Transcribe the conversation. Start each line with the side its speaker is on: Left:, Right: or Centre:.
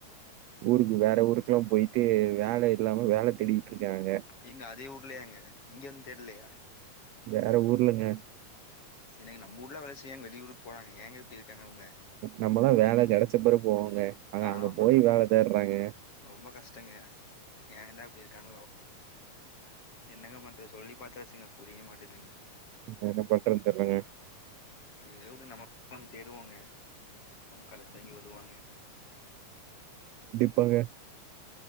Right: ஊருக்கு வேற ஊருக்லா போயிட்டு வேல இல்லாம வேல தேடி ட்ருக்காங்க
Left: எங்க அதே ஊர்லயாங்க இங்க வந்தேட்லயா
Right: வேற ஊர்லங்க
Left: என்னங்க நம்ப ஊர்ல வேல செய்யாம வெளியூர்க்கு போறங்க ஏங்க இப்படி இருக்காங்க அவங்க
Right: நம்மதா வேல கெடச்ச பெறகு போவோங்க ஆன
Left: ஆமாங்க
Right: அங்க போய் வேல தேட்றாங்க
Left: ரொம்ப கஷ்டங்க ஏதா இப்டி இருக்காங்ளோ என்னங்க பண்றது சொல்லி பாத்தாச்சிங்க புரிய மாட்டேது
Right: என்ன பண்றதுன் தெர்லங்க
Left: சேரி உடு நமக்கு தேடுவோங்க கெடச்சா இங்க வருவாங்க
Right: ண்டிப்பாங்க